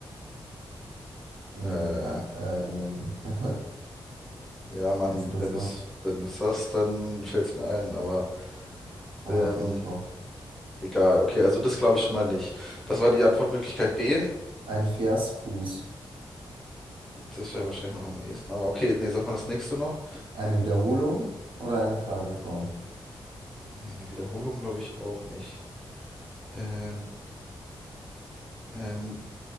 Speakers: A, on the right; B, in the centre.
A: nen,
B: äh,
A: a- äh, nen. <laughs> Wie
B: Ja, Mann,
A: heißt denn das
B: wenn du
A: noch?
B: es wenn du's sagst, dann fällt es mir ein, aber
A: Ich komme
B: ähm,
A: gerade auch nicht drauf.
B: egal. Okay, also das glaube ich schon mal nicht. Was war die Antwortmöglichkeit B?
A: Ein Versfuß.
B: Das wäre wahrscheinlich noch am ehesten, aber okay, nee, sag mal das nächste noch.
A: Eine Wiederholung oder eine Frageform?
B: Nee, eine Wiederholung glaube ich auch nicht. Ähm, ähm,